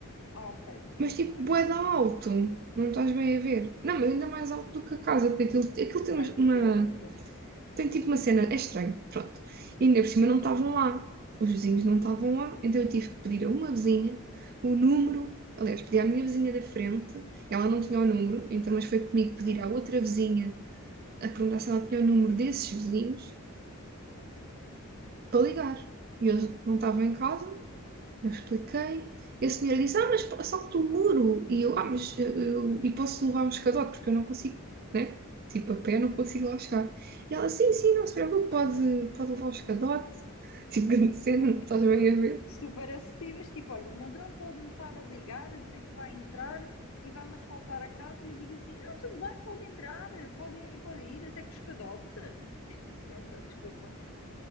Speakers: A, on the left; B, on the right.
A: Ah, ok, pronto,
B: Mas tipo,
A: não é
B: bué
A: mesmo
B: de alto,
A: o telhado.
B: não estás bem a ver. Não, mas ainda mais alto do que a casa, porque aquilo, aquilo
A: Ok,
B: tem uma,
A: pior ainda.
B: Tem tipo uma cena, é estranho, pronto. E ainda por cima não estavam lá, os vizinhos não estavam lá, então eu tive que pedir a uma vizinha o número, aliás, pedi à minha vizinha da frente, ela não tinha o número, então mas foi comigo
A: Sim,
B: pedir à
A: sim.
B: outra vizinha a perguntar se ela tinha o número desses vizinhos para ligar. E eles não estavam em casa, eu expliquei. E a senhora disse: Ah, mas salto o muro. E eu: Ah, mas eh, eu, e posso levar um escadote, porque eu não consigo, né? Tipo, a pé não consigo lá chegar. E ela: Sim, sim, não se preocupe, pode, pode levar um escadote. <laughs> Tipo, grande cena,
A: Super,
B: não estás
A: super,
B: bem a ver?
A: super acessíveis. Tipo, olha, um ladrão pode-me estar a ligar, a dizer que vai entrar e vai-me assaltar a casa e eu digo assim, ah, tudo bem, pode entrar, pode, pode ir, até com os cadote. <laughs> Então, desculpa.